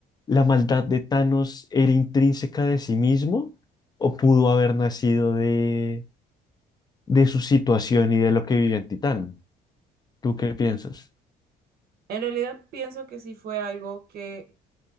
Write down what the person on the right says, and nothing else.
En realidad pienso que sí fue algo que